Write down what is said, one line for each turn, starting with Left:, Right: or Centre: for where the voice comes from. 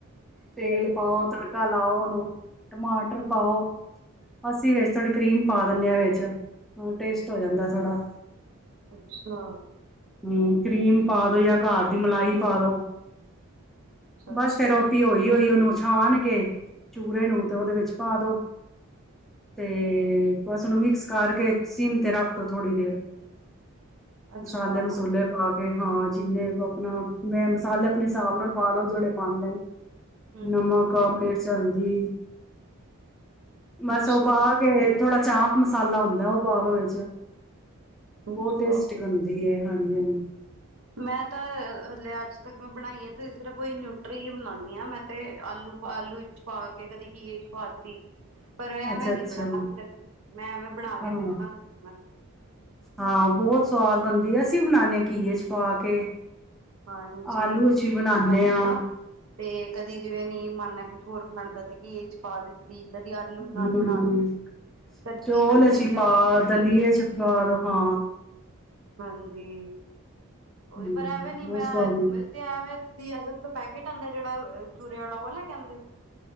Centre: ਤੇਲ
Right: ਅੱਛਾ
Centre: ਪਾਓ ਤੜਕਾ ਲਾਓ ਓਨੂੰ ਟਮਾਟਰ ਪਾਓ। ਅਸੀਂ ਵਿੱਚ ਥੋੜੀ ਕਰੀਮ ਪਾ ਬੰਨਿਆ ਵਿੱਚ ਹੂੰ ਟੇਸਟ ਹੋ ਜਾਂਦਾ ਥੋੜਾ।
Right: ਅੱਛਾ।
Centre: ਹੂੰ, ਕਰੀਮ ਪਾ ਦੋ ਜਾਂ ਘਰ ਦੀ ਮਲਾਈ ਪਾ ਦੋ। ਬਸ
Right: ਅੱਛਾ
Centre: ਫਿਰ ਉਹੀ ਭਿਉ ਹੀ ਹੋਈ ਉਹਨੂੰ। ਛਾਨ ਕੇ ਚੂਰੇ ਨੂੰ ਤੇ ਉਹਦੇ ਵਿੱਚ ਪਾ ਦੋ, ਤੇ ਬਸ ਉਹਨੂੰ ਮਿਕਸ ਕਰਕੇ ਸਿੰਮ ਤੇ ਰੱਖ ਦੋ ਥੋੜ੍ਹੀ ਦੇਰ।
Right: ਅੱਛਾ।
Centre: ਮਸਾਲੇ ਮਸੂਲੇ
Right: ਹੂੰ
Centre: ਪਾ ਕੇ ਹਾਂ ਜਿੰਨੇ ਆਪਣਾ ਮੈਂ ਮਸਾਲੇ ਆਪਣੇ ਹਿਸਾਬ ਨਾਲ ਪਾ ਲਓ ਜਿਹੜੇ ਪਾਂਦੇ ਨੇ। ਨਮਕ,
Right: ਹੂੰ ਹੂੰ
Centre: ਮਿਰਚ, ਹਲਦੀ ਬਸ
Right: ਅੱਛਾ
Centre: ਉਹ ਪਾ ਕੇ ਥੋੜਾ ਚਾਪ ਮਸਾਲਾ ਹੁੰਦਾ ਉਹ ਪਾ ਦੋ ਵਿੱਚ। ਬਹੁਤ
Right: ਅੱਛਾ
Centre: ਟੇਸਟੀ ਬਣ ਹਾਂਜੀ ਹਾਂਜੀ।
Right: ਮੈਂ ਤਾਂ ਹਲੇ ਅੱਜ ਤੱਕ ਮੈਂ ਬਣਾਈ ਆ ਤੇ ਸਿਰਫ ਨਿਊਟਰੀ ਬਣਾਣੀ ਹਾਂ। ਮੈਂ ਤੇ ਆਲੂ-ਆਲੂ ਚ ਪਾ ਕੇ ਕਦੇ ਘੀਏ ਚ ਪਾਤੀ। ਪਰ ਐਵੇਂ
Centre: ਅੱਛਾ ਅੱਛਾ
Right: ਨੀ ਬਣਾਇਆ ਕਦੀ, ਮੈਂ ਐਵੇਂ ਬਣਾ
Centre: ਹਾਂ
Right: ਕੇ ਦੇਖਾਂਗੀ।
Centre: ਹਾਂ ਬਹੁਤ ਸਵਾਦ ਬਣਦੀ ਆ ਅਸੀਂ ਵੀ ਬਣਾਦੇ ਘੀਏ ਚ ਪਾ ਕੇ।
Right: ਹਾਂਜੀ
Centre: ਆਲੂ ਚ ਵੀ ਬਣਾਉਦੇ
Right: ਬਣਾ
Centre: ਹਾਂ
Right: ਤੇ ਕਦੀ ਜਿਵੇਂ ਨੀ ਮਨ ਹੈ ਕੁਛ ਹੋਰ ਬਣਦਾ ਤੇ ਘੀਏ ਚ ਪਾ ਦਿੱਤੀ ਕਦੀ ਆਲੂ ਨਾਲ
Centre: ਹਮ
Right: ਬਣਾ ਤੇ, ਕਦੀ
Centre: ਚੋਲ
Right: ਨਮਕੀਨ
Centre: ਚ
Right: ਚਾਵਲ
Centre: ਪਾ
Right: ਬਣਾ
Centre: ਦਲੀਏ
Right: ਤੇ।
Centre: ਚ ਪਾ ਦੋ ਹਾਂ
Right: ਹਾਂਜੀ, ਉਹੀ
Centre: ਹਮ
Right: ਪਰ ਐਵੇਂ ਨਿੰਬੂ
Centre: ਬਹੁਤ ਸਵਾਦ
Right: <unintelligible> ਪੈਕੇਟ ਆਂਦਾ ਜਿਹੜਾ। ਚੂਰੇ ਵਾਲਾ ਉਹ ਲੈ ਕੇ ਆਂਦੇ ਹੋ